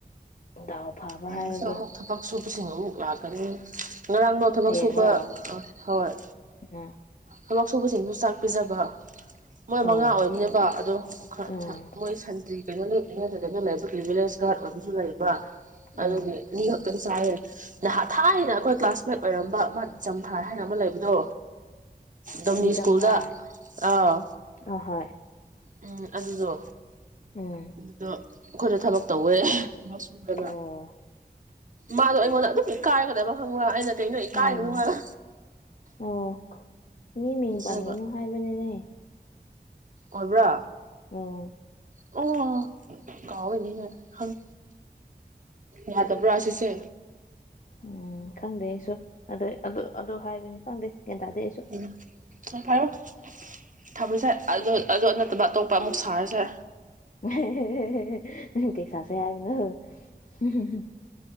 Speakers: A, on the left; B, on the right.
A: ꯗꯥꯎ ꯐꯕ
B: ꯌꯦꯡꯁꯦ
A: ꯍꯥꯏꯕꯕꯨ
B: ꯂꯥꯎ ꯊꯕꯛ ꯁꯨꯕꯁꯤꯡ ꯑꯃꯨꯛ ꯋꯥꯒꯅꯤ ꯉꯔꯥꯡꯗꯣ ꯊꯕꯛ
A: ꯍꯌꯦꯡꯔꯣ
B: ꯁꯨꯕ ꯑꯥ ꯍꯣꯏ
A: ꯎꯝ
B: ꯊꯕꯛ ꯁꯨꯕꯁꯤꯡꯗꯨ ꯆꯥꯛ ꯄꯤꯖꯕꯔ ꯃꯣꯏ
A: ꯑꯣ
B: ꯃꯉꯥ ꯑꯣꯏꯕꯅꯦꯕ ꯑꯗꯣ ꯈꯔ
A: ꯎꯝ
B: ꯈ ꯃꯣꯏ ꯁꯟ ꯗꯤ ꯀꯩꯅꯣ ꯅꯣꯢ ꯀꯩꯅꯣꯗ ꯅꯛꯅꯅ ꯂꯩꯕꯗꯨ ꯀꯔꯤ ꯚꯤꯂꯦꯖ ꯒꯥꯔꯗꯠ ꯑꯣꯏꯕꯁꯨ ꯂꯩꯕ꯭ꯔꯥ
A: ꯎꯝ
B: ꯑꯗꯨꯒꯤ ꯑꯅꯤꯈꯛꯇꯪ ꯆꯥꯏꯌꯦ ꯅꯍꯥ ꯊꯥꯏꯅ ꯑꯩꯈꯣꯏ ꯀ꯭ꯂꯥꯁꯃꯦꯠ ꯑꯣꯏꯔꯝꯕ ꯃꯥꯆꯝꯊꯥ ꯍꯥꯏꯅ ꯑꯃ ꯂꯩꯕꯗꯣ ꯗꯣꯝꯅꯤ
A: ꯗꯤꯆꯝꯊꯥꯏ
B: ꯁ꯭ꯀꯨꯜꯗ ꯑꯥ
A: ꯑꯍꯣꯏ
B: ꯎꯝ ꯑꯗꯨꯗꯣ
A: ꯎꯝ
B: ꯑꯗꯣ ꯑꯩꯈꯣꯏꯗ ꯊꯕꯛ ꯇꯧꯋꯦ ꯃꯁꯨꯡꯂꯒ
A: ꯑꯣ
B: ꯃꯥꯗꯣ ꯑꯩꯉꯣꯟꯗ ꯑꯗꯨꯝ ꯢꯀꯥꯏꯔꯒ ꯂꯩꯕ ꯈꯪꯕ꯭ꯔꯥ ꯑꯩꯅ ꯀꯩꯅꯣ ꯏꯀꯥꯏꯅꯣ
A: ꯎꯝ
B: ꯍꯥꯏꯕ
A: ꯑꯣ ꯃꯤ ꯃꯤꯡ ꯄꯟꯒꯅꯨ
B: ꯑꯗꯨꯒ
A: ꯍꯥꯏꯕꯅꯤꯅꯦ
B: ꯑꯣꯏꯕ꯭ꯔꯥ
A: ꯎꯝ
B: ꯑꯣ ꯀꯥꯎꯏꯅꯤ ꯍꯪ ꯌꯥꯗꯕ꯭ꯔꯥ ꯑꯁꯤꯁꯦ
A: ꯎꯝ ꯈꯪꯗꯦ ꯑꯩꯁꯨ ꯑꯗ ꯑꯗꯨ ꯑꯗꯨ ꯍꯥꯏꯕꯅꯤ ꯈꯪꯗꯦ ꯒ꯭ꯌꯥꯟ ꯇꯥꯗꯦ ꯑꯩꯁꯨ
B: ꯎꯝ ꯆ ꯐꯥꯢꯔꯣ ꯊꯥꯕꯜꯁꯦ ꯑꯗꯨ ꯑꯗꯨ ꯅꯠꯇꯕ ꯑꯇꯣꯞꯄ ꯑꯃꯨꯛ ꯁꯥꯔꯁꯦ
A: ꯑꯍꯦ ꯍꯦ ꯍꯦ ꯍꯦ ꯀꯩ ꯁꯥꯁꯦ ꯍꯥꯏꯕꯅꯣ ꯎꯝ ꯍꯝ ꯍꯝ